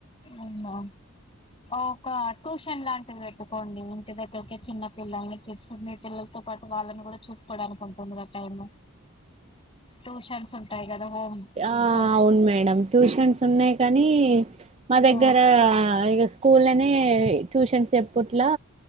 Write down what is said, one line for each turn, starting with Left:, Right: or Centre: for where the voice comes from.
Left: అవునా ఒక ట్యూషన్ లాంటిది పెట్టుకోండి. ఇంటి దగ్గరకే చిన్న పిల్లల్ని తీన్న పిల్లలతో పాటు వాళ్ళను కూడా చూసుకుడానికి ఉంటుంది. కదా టైమ్ ట్యూషన్స్ ఉంటాయి కదా హోమ్
Right: ఆ
Left: హోమ్
Right: అవును మేడం ట్యూషన్స్ ఉన్నాయి. కానీ మా దగ్గర
Left: ఆ
Right: ఇగా స్కూల్నే ట్యూషన్స్ చప్పుట్లా